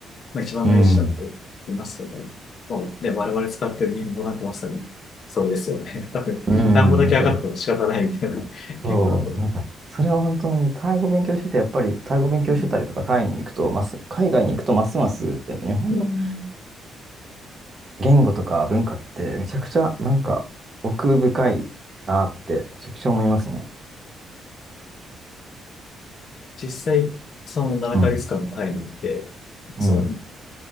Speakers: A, on the left; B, on the right.
A: まあ一番大事だって言いますよね。
B: うん。
A: もうね、我々使ってる日本語なんてまさにそうですよね。<laughs> 多分、
B: うんやっぱ
A: 単語だけ上がっても仕方ないみたいな言語だと思う。
B: そう、なんか、それは本当に、タイ語勉強してて、やっぱり、タイ語勉強してたりとか、
A: うん
B: タイに行くと、ます、海外に行くと、ますます、やっぱ日本の
A: うん。
B: 言語とか文化って、めちゃくちゃ、なんか、奥深いなって、めちゃくちゃ思いますね。
A: 実際、その7ヶ月間のタイムって、
B: うん。うん。
A: その